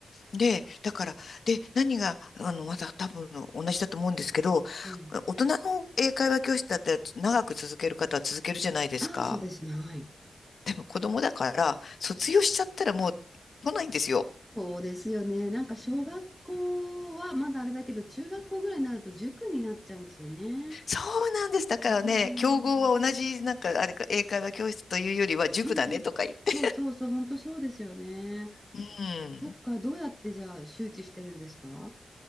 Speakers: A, on the left; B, in the centre.
A: で、だから、で、何が、あの、また多分同じだと思うんですけど、
B: ええ。
A: 大人の英会話教室だったら長く続ける方は続けるじゃないですか。
B: ああ、そうですね。はい。
A: 子供だから、卒業しちゃったらもう来ないんですよ。
B: そうですよね。なんか小学校はまだあれだけど、中学校ぐらいになると塾になっちゃうんですよね。
A: そうなんです。だからね、
B: うん。
A: 競合は同じ、なんか、あれか、英会話教室というよりは塾だねとか言って。
B: うんうん。そうそうそう。本当そうですよね。
A: うん。
B: そっか。どうやってじゃあ周知してるんですか